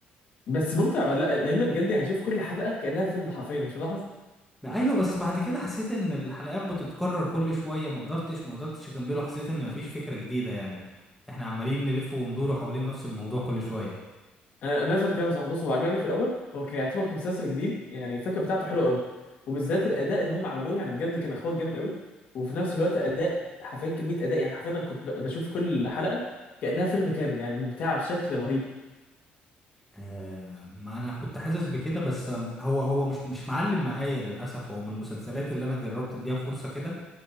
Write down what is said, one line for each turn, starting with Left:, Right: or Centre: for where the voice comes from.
Left: بس ممتع ولا لا لان بجد يعني شوف كل حلقه كانها فيلم حرفيا مش ملاحظ
Centre: ما ايوه بس بعد كده حسيت ان الحلقات بتتكرر كل شويه ما قدرتش ما قدرتش اكمله حسيت ان مفيش فكره جديده يعني احنا عمالين نلف وندور حوالين نفس الموضوع كل شويه
Left: آه، نفس الكلام صح بص هو عجبني في الاول هو كان يعتبر كمسلسل جديد يعني الفكره بتاعته حلوه قوي وبالذات الاداء اللي هم عملوه يعني بجد كان اخراج جامد قوي وفي نفس الوقت اداء حرفيا كميه اداء يعني حرفيا انا كنت ب- بشوف كل حلقه كانها فيلم كامل يعني ممتعه بشكل رهيب
Centre: آه ما انا كنت حاسس بكده بس هو هو مش مش معلم معايا للاسف هو من المسلسلات اللي انا جربت اديها فرصه كده